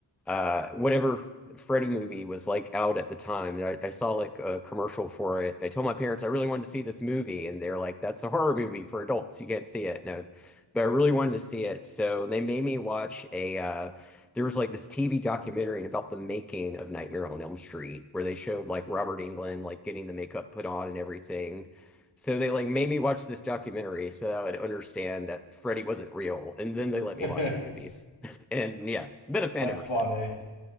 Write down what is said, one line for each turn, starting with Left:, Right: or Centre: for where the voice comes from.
Centre: uh, whatever Freddy movie was like out at the time. And I, I saw like a commercial for it, and I told my parents I really wanted to see this movie, and they're like, "That's a horror movie for adults. You can't see it." No, but I really wanted to see it, so they made me watch a. Uh, there was like this TV documentary about the making of Nightmare on Elm Street, where they showed like Robert Englund like getting the makeup put on and everything. So they like made me watch this documentary so that I would understand that Freddy wasn't real, and then they let
Left: <laughs>
Centre: me watch the movies. <laughs> And yeah, been a fan
Left: That's
Centre: ever
Left: funny.
Centre: since.